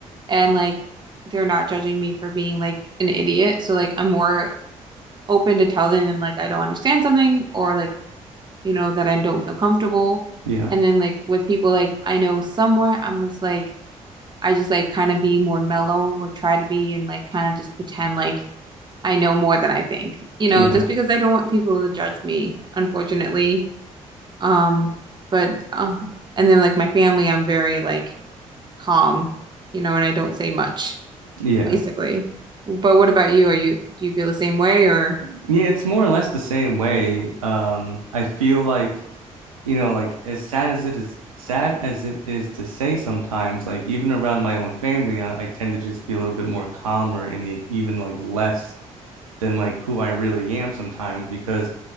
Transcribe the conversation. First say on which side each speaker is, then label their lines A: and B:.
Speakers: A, on the right; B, on the right.
A: And like they're not judging me for being like an idiot. So like I'm more open to telling them like I don't understand something or like, you know, that I don't feel comfortable.
B: Yeah.
A: And then like with people like I know somewhat, I'm just like I just like kind of be more mellow or try to be and like kind of just pretend like I know more than I think, you know,
B: Yeah.
A: just because I don't want people to judge me, unfortunately. Um, but uh, and then like my family, I'm very like calm, you know, and I don't say much,
B: Yeah.
A: basically. But what about you? Are you do you feel the same way or
B: Yeah, it's more or less the same way. Um, I feel like, you know, like as sad as it is, sad as it is to say sometimes, like even around my own family, I, I tend to just be a little bit more calmer and like, even like less than like who I really am sometimes because